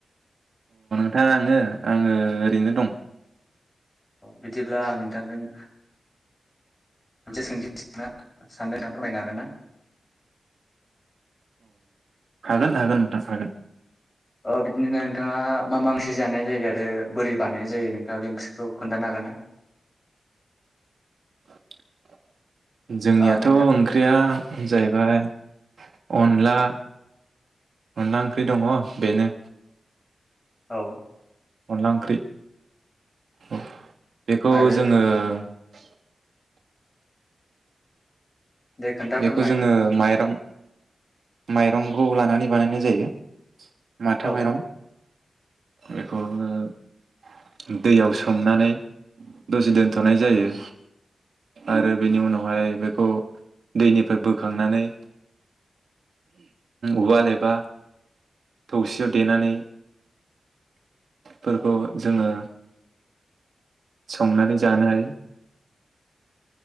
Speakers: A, on the right; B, on the left.
A: नोंथा आङो-आङो ओरैनो दं।
B: बिदिब्ला आं नोंथांजों मोनसे सोंथि सोंनो सानदों फोरमायनो हागोन ना?
A: हागोन-हागोन नोंथां हागोन।
B: बिदिनो नोंथाङा मा मा ओंसे जानाय जायो आरो बोरै बानायनाय जायो नोंथाङा बे ओंख्रिखौ खोनथानो हागोन ना?
A: <inaudible> जोंनियाथ'
B: ओ नोंथां
A: ओंख्रिया जाहैबाय अनला-अनला ओंख्रि दङ बेनो
B: औ
A: अनला ओंख्रि औ बेखौ
B: आरो
A: जोङो <inaudible>
B: दे खोन्था
A: बेखौ
B: फोरमाय
A: जोङो माइरं माइरंखौ लानानै बानायनाय जायो। माथा
B: औ
A: माइरं बेखौ ओ दैयाव सोमनानै दसे दोनथ'नाय जायो आरो बेनि उनावहाय बेखौ दैनिफ्राय बोखांनानै उवाल एबा थौसियाव देनानै फोरखौ जोङो संनानै जानो हायो।